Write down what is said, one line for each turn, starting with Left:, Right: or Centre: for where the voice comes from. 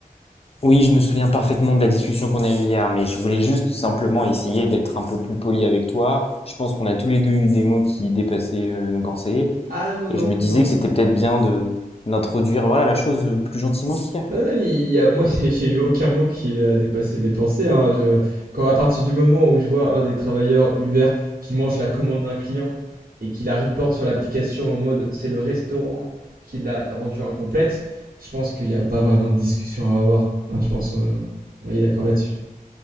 Left: Oui, je me souviens parfaitement de la discussion qu'on a eue hier, mais je voulais juste simplement essayer d'être un peu plus poli avec toi. Je pense qu'on a tous les deux eu des mots qui dépassaient euh, nos pensées,
Right: Ah non, non,
Left: et je me disais
Right: non.
Left: que c'était peut-être bien de d'introduire voilà la chose euh, plus gentiment qu'hier.
Right: Non, non, mais il y a, moi, <laughs> j'ai j'ai eu aucun mot qui a dépassé mes pensées. hein. Je- quand, à partir du moment où je vois un des travailleurs Uber qui mange la commande d'un client et qui la reporte sur l'application en mode c'est le restaurant qui l'a rendue incomplète, je pense qu'il n'y a pas vraiment de discussion à avoir. Hein, je pense euh, on est d'accord là-dessus.